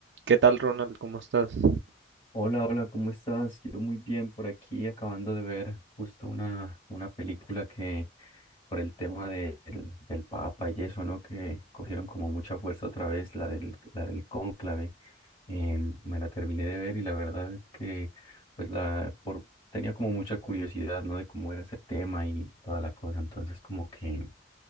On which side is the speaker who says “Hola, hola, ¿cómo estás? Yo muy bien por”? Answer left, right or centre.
Left